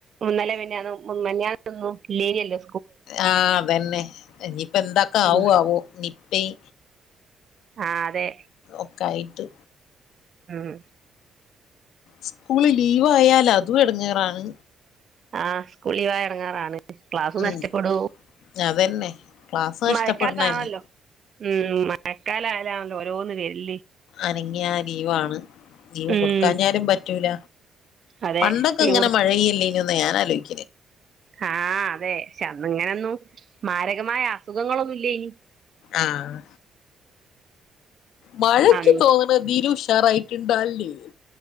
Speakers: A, on the right; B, on the left.
A: ഇന്നെലെ മിനിഞാനും മിനിഞാന്ന് ഇല്ലേയ്നി അല്ലേ
B: ആ അതന്നെ ഇനിയിപ്പ എന്തൊക്ക
A: ഉം
B: ആവോ ആവോ നി പെയ്
A: ആ അതെ
B: ഒക്ക ആയിട്ട്
A: ഉം
B: സ്കൂള് ലീവ് ആയാൽ അതും എടങ്ങറാണ്
A: ആ സ്കൂള് ലീവിയ ഇറങ്ങാറാണ് ക്ലാസ്
B: ഉം
A: നഷ്ടപ്പെടൂ
B: അതന്നെ ക്ലാസ് നഷ്ടപ്പെടണന്നെ
A: മഴക്കാലത്താണല്ലോ ഉം മഴക്കാല ണല്ലോ രോന്നന്ന് വരല്
B: അനങ്ങിയ ആ ലീവാണ് ലീവ്
A: ഉം
B: കൊടുക്കാഞ്ഞാലും പറ്റൂല
A: അതെ
B: പണ്ടൊക്കെ
A: ലീവ്
B: ഇങ്ങനെ മഴയിയല്ലേൊന്ന് ഞാൻ ആലോചിക്ക
A: ആ അതെ ശെ ഇങ്ങനൊന്നും മാര രകമായ അസുഖങ്ങളൊന്നു ഇല്ലേനി.
B: ആഹ് മഴ ഇക്ക്യി
A: അന്ന്
B: തോന്ന്ണ് ഇതിലും ഉഷാറായി കിണ്ടാ അല്ലേ?